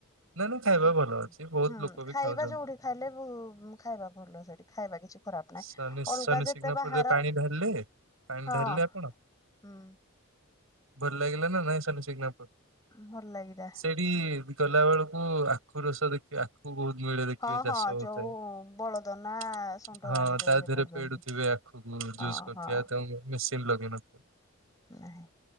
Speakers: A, on the right (about 75°); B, on the left (about 15°).
A: ନାଇଁ ନାଇଁ ଖାଇବା
B: କିନ୍ତୁ,
A: ଭଲ ଅଛି ବହୁତ
B: ହୁଁ
A: ଲୋକ ବି
B: ଖାଇବା
A: ଖାଉଛନ୍ତି।
B: ଯୋଉଁ ବି ଖାଇଲେ ବହୁତ ଖାଇବା ଭଲ ସେଇଠି ଖାଇବା କି କିଛି ଖରାପ ନାହିଁ
A: ଶନି
B: । ଅଲଗା
A: ଶନି
B: ଯେତେ
A: ସିଗ୍ନାପୁରରେ
B: ବା ହାର
A: ପାଣି ଢାଳିଲେ ପାଣି
B: ହଁ,
A: ଢାଳିଲେ ଆପଣ
B: ହୁଁ।
A: ଭଲ ଲାଗିଲା ନା ନାଇଁ ଶନି ସିଗ୍ନାପୁର?
B: ଭଲ ଲାଗିଲା
A: ସେଇଠି ଗଲା ବେଳକୁ ଆ ଆଖୁ ରସ ଦେଖିଵା ଆଖୁ ବହୁତ ମିଳେ ଦେଖିଵା
B: ହଁ
A: ଚାଷ
B: ହଁ
A: ହଉଥାଏ
B: ଯୋଉ
A: ।
B: ବଳଦ ନା ଷଣ୍ଢ
A: ହଁ
B: ମାନେ ଯୋଉ
A: ସାଏ
B: ଇଏ
A: ଥିରେ
B: କରୁଛନ୍ତି।
A: ପେଡୁଥିବେ ଆଖୁକୁୁ
B: ହଁ
A: ଜୁସ୍ କରୁଥିବା
B: ହଁ
A: ତାକୁ ମେସିନ୍ ଲଗେଇ ନଥି
B: ନାହିଁ